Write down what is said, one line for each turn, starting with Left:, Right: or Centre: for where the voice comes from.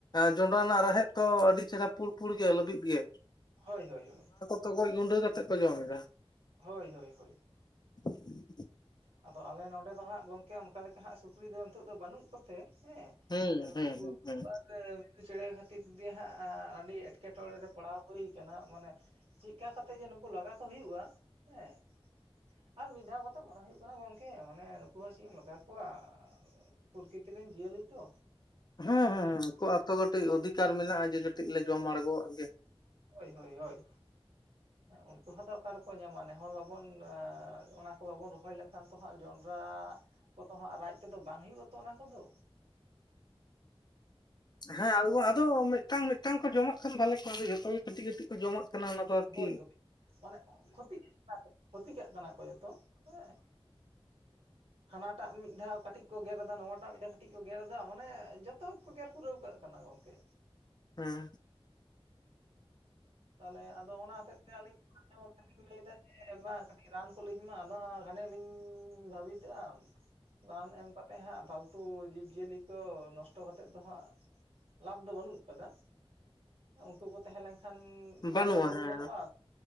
Left: ᱡᱚᱸᱰᱨᱟ ᱨᱮᱱᱟᱜ ᱨᱦᱮᱫ ᱛᱚ ᱟᱹᱰᱤ ᱪᱮᱨᱦᱟ ᱯᱩᱲ ᱯᱩᱲ ᱜᱮ ᱞᱟᱹᱵᱤᱫ ᱜᱮ᱾
Right: ᱦᱚᱭ ᱦᱚᱭ ᱦᱚᱭ᱾
Left: ᱛᱚᱜᱚᱡ ᱜᱩᱸᱰᱟᱹ ᱠᱟᱛᱮᱫ ᱠᱚ ᱡᱚᱢ ᱮᱫᱟ᱾
Right: ᱦᱚᱭ ᱦᱚ ᱦᱚᱭ᱾
Left: <inaudible>
Right: ᱟᱫᱚ ᱟᱞᱮ ᱱᱚᱰᱮ ᱫᱚ ᱦᱟᱸᱜ ᱜᱚᱝᱠᱮ ᱠᱮ ᱚᱱᱠᱟ ᱞᱮᱠᱟ ᱦᱟᱸᱜ ᱥᱩᱠᱨᱤ ᱫᱚ ᱱᱤᱛᱚᱜ ᱫᱚ ᱵᱟᱹᱱᱩᱜ ᱠᱚᱛᱮ ᱦᱮᱸ
Left: ᱦᱩᱸ
Right: ᱛᱟᱦᱚᱞᱮ ᱱᱩᱠᱩ
Left: ᱦᱩᱸ
Right: ᱛᱩᱲ,
Left: ᱦᱩᱸ
Right: ᱜᱩᱰᱩ
Left: ᱦᱩᱸ
Right: ᱟᱨ ᱪᱮᱬᱮ ᱠᱷᱟᱹᱛᱤᱨ ᱜᱮ ᱦᱟᱸᱜ ᱟᱹᱰᱤ ᱮᱴᱠᱮᱴᱚᱬᱮ ᱨᱮ ᱯᱟᱲᱟᱣ ᱦᱩᱭ ᱠᱟᱱᱟ ᱢᱟᱱᱮ ᱪᱮᱫᱠᱟ ᱠᱟᱛᱮᱜ ᱡᱮ ᱱᱩᱠᱩ ᱞᱟᱜᱟ ᱠᱚ ᱦᱩᱭᱩᱜᱼᱟ ᱦᱮᱸ᱾ ᱟᱨ ᱢᱤᱫ ᱫᱷᱟᱣ ᱠᱟᱛᱮ ᱢᱚᱱᱮ ᱦᱩᱭᱩᱜ ᱠᱟᱱᱟ ᱜᱚᱝᱠᱮ ᱢᱟᱱᱮ ᱱᱩᱠᱩ ᱦᱚᱸ ᱪᱮᱫ ᱮᱢ ᱢᱮᱛᱟ ᱠᱚᱣᱟ ᱯᱨᱚᱠᱤᱛᱤᱨ ᱨᱮᱱ ᱡᱤᱭᱟᱹᱞᱤ ᱛᱚ᱾
Left: ᱦᱮᱸ ᱦᱮᱸ ᱩᱱᱠᱩᱣᱟᱜᱛᱚ ᱠᱟᱹᱴᱤᱡ ᱚᱫᱷᱤᱠᱟᱨ ᱢᱮᱱᱟᱜ-ᱟ ᱡᱮ ᱠᱟᱹᱴᱤᱡ ᱞᱮ ᱡᱚᱢ ᱟᱲᱜᱚᱣᱟᱜ ᱜᱮ᱾
Right: ᱦᱳᱭ ᱦᱳᱭ ᱦᱳᱭ ᱩᱱᱠᱩ ᱦᱚᱸ ᱛᱚ ᱚᱠᱟ ᱨᱮᱠᱚ ᱧᱟᱢᱟ ᱱᱮ ᱦᱚᱲ ᱵᱟᱵᱚᱱ ᱚᱱᱟ ᱠᱚ ᱵᱟᱵᱚᱱ ᱨᱚᱦᱚᱭ ᱞᱮᱠᱷᱟᱱ ᱮᱠᱷᱟᱱ ᱛᱚ ᱦᱟᱸᱜ ᱟᱨ ᱡᱚᱸᱱᱰᱨᱟ ᱠᱚᱫᱚ ᱦᱟᱸᱜ ᱨᱟᱡ ᱛᱚ ᱵᱟᱝ ᱦᱩᱭᱩᱜ ᱟᱛᱚ ᱚᱱᱟ ᱠᱚᱫᱚ
Left: ᱦᱮᱸ ᱟᱫᱚ ᱢᱤᱫᱴᱟᱝ ᱢᱤᱫᱴᱟᱝ ᱠᱚ ᱡᱚᱢᱟᱜ ᱠᱷᱟᱱ ᱵᱷᱟᱜᱮ ᱠᱚ ᱟᱫᱚ ᱡᱚᱛᱚ ᱜᱮ ᱠᱟᱹᱴᱤᱡ ᱠᱟᱹᱴᱤᱡ ᱠᱚ ᱡᱚᱢᱟᱜ ᱠᱟᱱᱟ ᱚᱱᱟ ᱫᱚ ᱟᱨᱠᱤ
Right: ᱦᱳᱭ ᱦᱳᱭ ᱢᱟᱱᱮ ᱠᱷᱚᱛᱤ ᱠᱟᱱᱟ ᱠᱚ ᱠᱷᱚᱛᱤ ᱠᱟᱜ ᱠᱟᱱᱟ ᱠᱚ ᱡᱷᱚᱛᱚ ᱦᱮᱸ ᱦᱟᱱᱟᱴᱟᱜ ᱢᱤᱫ ᱫᱷᱟᱣ ᱠᱟᱹᱴᱤᱡ ᱠᱚ ᱜᱮᱨᱮᱫᱟ ᱱᱚᱣᱟᱴᱟᱜ ᱢᱤᱫ ᱫᱷᱟᱣ ᱠᱟᱹᱴᱤᱡ ᱠᱚ ᱜᱮᱨ ᱮᱫᱟ ᱢᱟᱱᱮ ᱡᱚᱛᱚ ᱜᱮ ᱠᱚ ᱜᱮᱨ ᱯᱩᱨᱟᱹᱣ ᱟᱠᱟᱜ ᱠᱟᱱᱟ ᱜᱚᱢᱠᱮ
Left: ᱦᱮᱸ
Right: ᱛᱟᱦᱚᱞᱮ ᱟᱫᱚ ᱚᱱᱟ ᱦᱚᱛᱮᱡ ᱛᱮ ᱟᱹᱞᱤᱧ ᱞᱟᱹᱭ ᱫᱟ ᱡᱮ ᱵᱟᱝ ᱠᱟᱹᱴᱤᱡ ᱨᱟᱱ ᱠᱚᱞᱤᱧ ᱮᱢᱟᱫ-ᱟ ᱟᱫᱚ ᱜᱷᱟᱱᱤ ᱞᱤᱧ ᱵᱷᱟᱵᱤᱛᱜ-ᱟ ᱨᱟᱱ ᱮᱢ ᱠᱟ ᱠᱟᱛᱮᱫ ᱦᱟᱸᱜ ᱯᱷᱟᱞᱛᱩ ᱡᱤᱵᱽ ᱡᱤᱭᱟᱹᱞᱤ ᱠᱚ ᱱᱚᱥᱴᱚ ᱠᱟᱛᱮᱫ ᱫᱚ ᱦᱟᱸᱜ ᱞᱟᱵᱷ ᱫᱚ ᱵᱟᱹᱱᱩᱜ ᱠᱟᱫᱟ ᱩᱱᱠᱩ ᱠᱚ ᱛᱟᱦᱮᱸ ᱞᱮᱱᱠᱷᱟᱱ ᱧᱮᱞ
Left: ᱵᱟᱹᱱᱩᱜᱼᱟ
Right: ᱦᱚᱸ ᱵᱷᱟᱹᱞᱤ
Left: ᱦᱮᱸ
Right: ᱧᱮᱞᱚᱜ-ᱟ